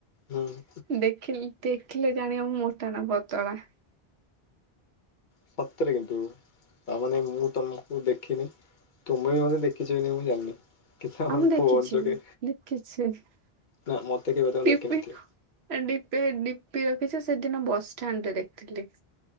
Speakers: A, on the left; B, on the right.
A: ହୁଁ
B: ଦେଖିଲି। ଦେଖିଲେ ଜାଣିବା ମୋଟା ନା ବତଳା ।
A: ସତରେ କିନ୍ତୁ ତାମାନୋନ ମୁଁ ତମକୁ ଦେଖିନି। ତୁମେ ବି ମତେ ଦେଖିଛ ନାଇଁ ମୁଁ ଜାଣିନି। କିନ୍ତୁ ଆମର
B: ଆ ମୁଁ ଦେଖିଛି
A: ଫୋନ ଯୋଗେ
B: ଲିଖିଛି ।
A: ନା ମତେ କେବେ ତମେ ଦେଖିନଥିବ।
B: ପ କଣ୍ିପଣ୍। ି ରଖିଛି ସେଦିନ ବସ୍ଷ୍ଟାଣ୍ଡ ରେ ଦେଖିଥିଲି।